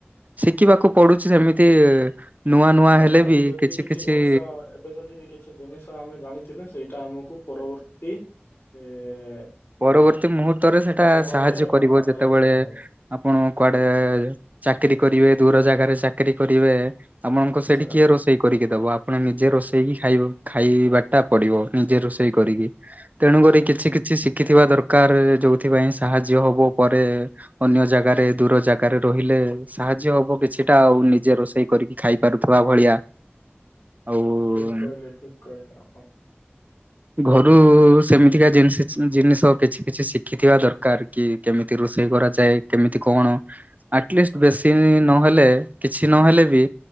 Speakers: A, on the right (about 40°); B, on the left (about 65°).
A: ଶିଖିବାକୁ ପଡୁଚି ସେମିତି ନୂଆ ନୂଆ
B: ଅ,
A: ହେଲେ
B: ଆଜି
A: ବି
B: ଯଦି
A: କିଛି କିଛି
B: ଜିନିଷ ଏବେ ଯଦି ବି କିଛି ଜିନିଷ ଆମେ ଜାଣିଥିଲେ ସେଇଟା ଆମକୁ ପରବର୍ତ୍ତୀ ଏ
A: ପରବର୍ତ୍ତୀ
B: ଏ,
A: ମୁହୂର୍ତ୍ତରେ ସେଟା
B: ସମୟରେ
A: ସାହାଯ୍ୟ କରିବ
B: ହଁ କାମରେ
A: ଯେତେବେଳେ
B: ଆସ ହଁ,
A: ଆପଣ କୁଆଡେ ଚାକିରୀ କରିବେ ଦୂର ଜାଗାରେ ଚାକିରୀ କରିବେ। ଆପଣଙ୍କୁ
B: ଆଚ୍ଛା
A: ସେଠି କିଏ ରୋଷେଇ କରିକି ଦବ ଆପଣ ନିଜେ ରୋଷେଇକି ଖାଇ ଖାଇବାଟା ପଡିବ ନିଜେ ରୋଷେଇ କରିକି। ତେଣୁକରି
B: ହଁ
A: କିଛି କିଛି ଶିଖିଥିବା ଦରକାର ଯୋଉଥିପାଇଁ ସାହାଯ୍ୟ ହବ ପରେ ଅନ୍ୟ ଜାଗାରେ ଦୂର ଜାଗାରେ ରହିଲେ ସାହାଯ୍ୟ ହବ କିଛିଟା ଆଉ ନିଜେ ରୋଷେଇ କରିକି ଖାଇ ପାରୁଥିବା ଭଳିଆ ଆଉ
B: ଠିକ କହିଲେ ଠିକ କହିଲେ ଆପ
A: ଘରୁ ସେମିତିକା ଜିନିଷ ଚି ଜିନିଷ କିଛି କିଛି ଶିଖିଥିବା ଦରକାର କି କେମିତି ରୋଷେଇ କରାଯାଏ କେମିତି କଣ ଆଟଲିଷ୍ଟ ବେଶୀ ନହେଲେ କିଛି ନହେଲେ ବି